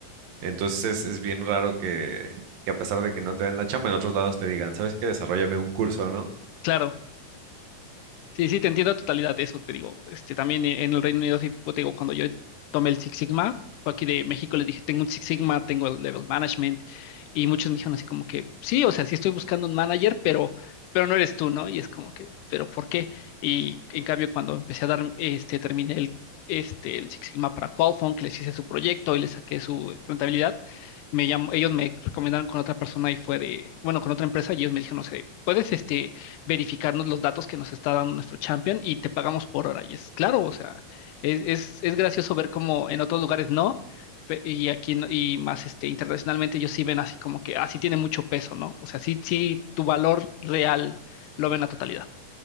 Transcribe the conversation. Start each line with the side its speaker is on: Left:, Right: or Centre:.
Right: Entonces es bien raro que, que a pesar de que no te den la chamba, en otros lados te digan, ¿sabes qué? Desarróllame un curso, ¿no?
Left: Claro, Sí, sí, te entiendo a totalidad, eso te digo. Este, también e, en el Reino Unido, sí, pues, te digo, cuando yo tomé el Six Sigma, fue aquí de México, les dije, tengo un Six Sigma, tengo el Level Management, y muchos me dijeron así como que, sí, o sea, sí estoy buscando un manager, pero, pero no eres tú, ¿no? Y es como que, ¿pero por qué? Y en cambio, cuando empecé a dar, este, terminé el, este, el Six Sigma para Qualphone, que les hice su proyecto y les saqué su rentabilidad, me llamó, ellos me recomendaron con otra persona y fue de, bueno, con otra empresa, y ellos me dijeron, no sé, puedes, este verificarnos los datos que nos está dando nuestro champion y te pagamos por hora. Y es claro, o sea, es, es, es gracioso ver cómo en otros lugares no, y aquí no- y más este, internacionalmente ellos sí ven así como que, así tiene mucho peso, ¿no? O sea, sí, sí, tu valor real lo ven a totalidad.